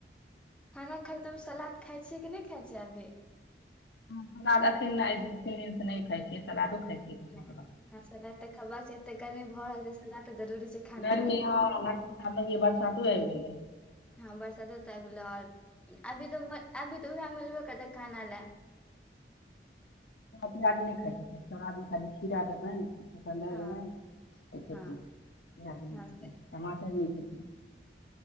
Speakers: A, in the centre; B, on the left (about 75°).
A: खाना खाइ त सलाद खाइ छियै कि नहि खाइिय अभी
B: सलाद अखन तीन दिन से नहि खायइिय सलादो खाइ छी हं
A: नहि। हँ सलाद तऽ खेबाक छै एते गर्मी भऽ रहल छै सलाद तऽ जरूरी छै खानाइ
B: स
A: मे
B: ए बार सातो आबि गेलै
A: हँ बरसातो तऽ आबि गेलो ओर अभी तऽ अभी तऽ उएह मिलबे करतै खाना लए
B: पियाज नहि खा छथि सरादमे खाली खीरा देबै ने कि नहि
A: हँ
B: खे
A: हँ
B: प्याज
A: हँ
B: खे टमाटर खे